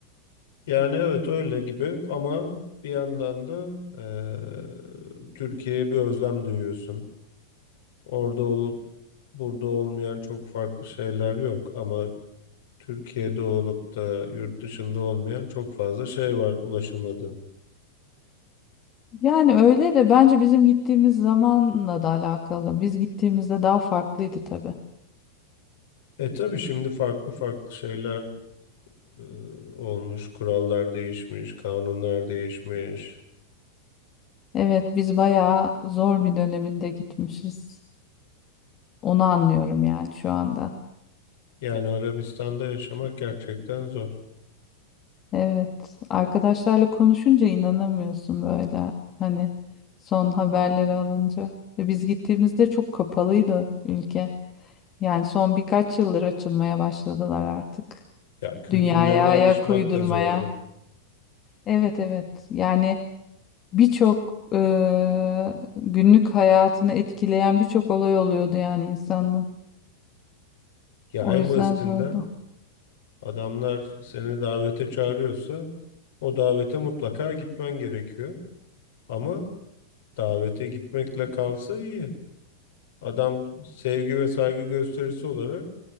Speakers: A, on the left; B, on the left.
A: Yani evet öyle gibi ama bir yandan da eee, Türkiye'ye bir özlem duyuyorsun. Orada olup burada olmayan çok farklı şeyler yok ama Türkiye'de olup da yurt dışında olmayan çok fazla şey var ulaşamadığın.
B: Yani öyle de bence bizim gittiğimiz zamanla da alakalı. Biz gittiğimizde daha farklıydı tabii.
A: E tabii şimdi farklı farklı şeyler eee, olmuş, kurallar değişmiş, kanunlar değişmiş.
B: Evet, biz bayağı zor bir döneminde gitmişiz. Onu anlıyorum yani şu anda.
A: Yani Arabistan'da yaşamak gerçekten zor.
B: Evet, arkadaşlarla konuşunca inanamıyorsun böyle. Hani son haberleri alınca. Ve Biz gittiğimizde çok kapalıydı ülke. Yani son birkaç yıldır açılmaya başladılar artık.
A: Ya kültürlerine
B: Dünyaya ayak
A: alışmak
B: uydurmaya.
A: da zordu.
B: Evet evet. Yani birçok eee, günlük hayatını etkileyen birçok olay oluyordu yani insanın.
A: Ya
B: O
A: en
B: yüzden
A: basitinden
B: zordu.
A: adamlar seni davete çağırıyorsa o davete mutlaka gitmen gerekiyor. Ama davete gitmekle kalsa iyi. Adam sevgi ve saygı gösterisi olarak